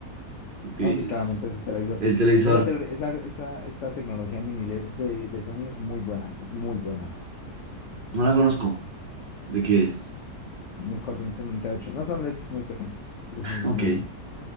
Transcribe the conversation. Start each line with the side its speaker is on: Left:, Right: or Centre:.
Right: ¿Tú qué
Left: No,
Right: dices?
Left: sí, claramente ese televisor.
Right: El televisor,
Left: Esa, tele- esa- esta, esta tecnología mini LED de, de Sony es muy buena, es muy buena.
Right: no la conozco. ¿De qué es?
Left: 1498. No son LEDs muy pequeños, por eso son
Right: Ok,
Left: mini.